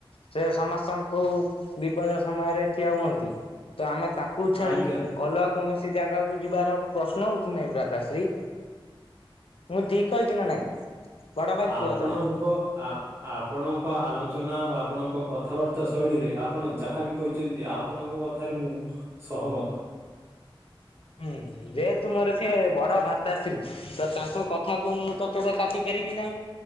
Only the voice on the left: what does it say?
ସେ ସମସ୍ତ ସ୍ତଙ୍କୁ ବିପଦ ସମୟରେ ଠିଆ ହୁଅନ୍ତି ତ ଆମେ ତାଙ୍କୁ ଛାଡି
ଅଲଗା କୌଣସି ଜାଗାକୁ ଯିବାର ପ୍ରଶ୍ନ ଉଠୁନାହିଁ ଭ୍ରାତାଶ୍ରୀ। ମୁଁ ଠିକ କହିଚି ନା ନାଇଁ? ବଡ ଭାଇ
କୁହ ତମେ?
ହୁଁ ଯେହେତୁ ମୋର ସେ ବଡ ଭ୍ରାତାଶ୍ରୀ ତ ତାଙ୍କ କଥାକୁ ମୁଁ ତ କେବେ କାଟି ପାରିବି ନାହିଁ